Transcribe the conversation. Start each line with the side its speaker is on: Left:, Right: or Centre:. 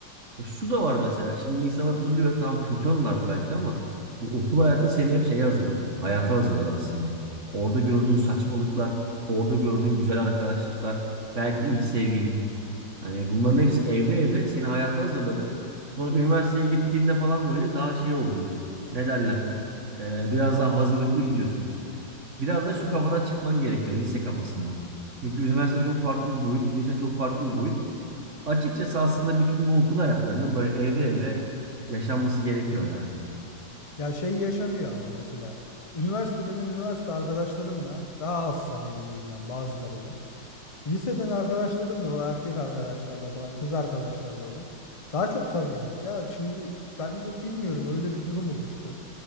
Right: E Şu da var mesela şimdi insan hatırlıyor tam kötü anlardı belki ama bu okul hayatı seni hep şeye hazırladı. Hayata hazırladı aslında. Orada gördüğün saçmalıklar, orada gördüğün güzel arkadaşlıklar, belki ilk sevgilin. Hani bunların hepsi evre evre seni hayata hazırladı. Sonra üniversiteye gittiğinde falan böyle daha şey oluyor. Ne derler? E, biraz daha hazırlıklı gidiyorsun. Biraz da şu kafadan çıkman gerekiyor lise kafasından. Çünkü üniversite çok farklı bir boyut, lise çok farklı bir boyut. Açıkçası aslında bütün bu okul hayatlarının böyle evre evre yaşanması gerekiyor ya.
Left: Ya şey yaşanıyor ama mesela üniversite benim üniversite arkadaşlarımla daha az samimiyim ben bazılarıyla. Liseden arkadaşlarımla o erkek arkadaşlarla falan kız arkadaşlarla olur. Daha çok samimiyiz ya. Şimdi ben de bilmiyorum öyle bir durum oluştu.